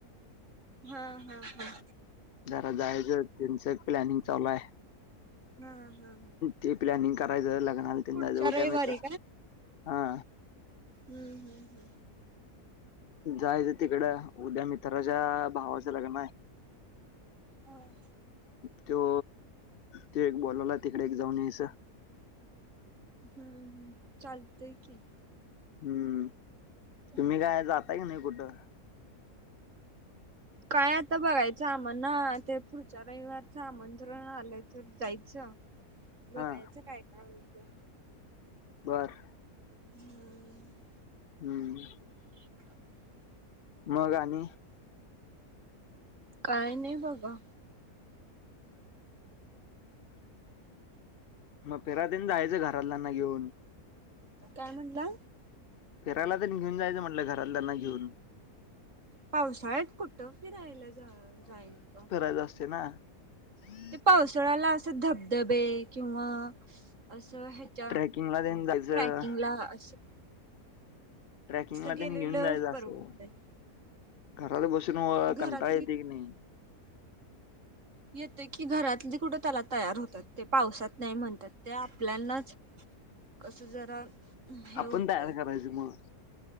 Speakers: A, on the right; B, on the left.
A: हा हा हा.
B: जरा जायचं, त्यांचं प्लॅनिंग चालू हाय.
A: हां हा हा.
B: ते प्लॅनिंग करायचं लग्नाला तेन
A: पुढच्या
B: जायच उद्या
A: रविवारी
B: मित्रा, हा.
A: हुं. हुं. हुं.
B: जायचं तिकडं, उद्या मित्राच्या भावाचं लग्न हाय.
A: हां.
B: त्यो तो एक बोलवलाय तिकडे एक जाऊन यायच.
A: हुं. हू चालतय की.
B: हूम्म
A: हम्म.
B: तुम्ही काय जाता काय नाही कुठं?
A: काय आता बघायचं आमण ना, ते पुढच्या रविवारचं आमंत्रण आलं तर जायचं. बघायचं
B: हां,
A: काय काय होईते.
B: बर.
A: हूमं.
B: हुं हू.
A: ह <inaudible>
B: मग आणि?
A: काय नाही बघा.
B: मग फीराय तेन जायचं घरातल्यांना घेऊन
A: काय म्हनला?
B: फिरायला तेन घेऊन जायचं म्हटलं घरातल्यांना घेऊन.
A: पावसाळ्यात कुठं फिरायला जा जायच?
B: फिरायच असतय ना. हम् <inaudible>
A: ते पावसोळ्याला अस धबधबे किंवा आसं हे च्या
B: ट्रेकिंगला तेन
A: अ क
B: जायचं.
A: ट्रॅकिंगला अशे
B: ट्रॅकिंग ला
A: गेलेलं
B: तेन घेऊन जायच
A: परवडतंय
B: आसं, घरात बसून
A: घरातली
B: कंटाळ येतय की नाही.
A: येतोय की, घरातली कुठं तेला तयार होत्यात, ते पावसात नाही म्हणत्यात. ते आपल्यानाच कसं जरा हे
B: आपण
A: होतंय
B: तयार करायचं म.